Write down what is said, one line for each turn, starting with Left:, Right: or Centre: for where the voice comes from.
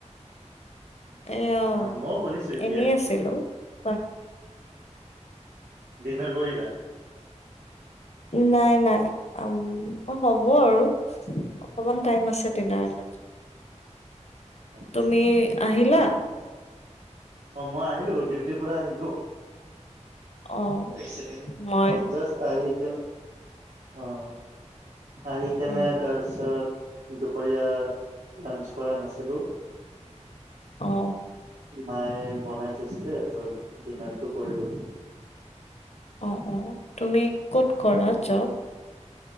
Left: এ অ'
Right: মইও শুনিছো এতিয়া
Left: এনেই আছিলো বা
Right: ডিনাৰ কৰিলা।
Left: নাই নাই উ হ'ব আৰু অকমান। টাইম আছে দি
Right: আচ্ছা
Left: নহলে।
Right: আচ্ছা
Left: তুমি
Right: ঠিকে
Left: আহিলা।
Right: আছে অ' মই আহিলো ডিউটিৰ পৰা আহিলো।
Left: অ
Right: এক চেকেণ্ড
Left: মই
Right: অ' জাচ আহ নে অ আহি কেনে
Left: উম
Right: তাৰপিছত। দুপৰীয়া লাঞ্চ কৰা নাছিলোঁ
Left: অ
Right: মায়ে বনাই থৈছিলে ত ডিনাৰটো কৰি লবি
Left: অ তুমি ক'ত কৰা জব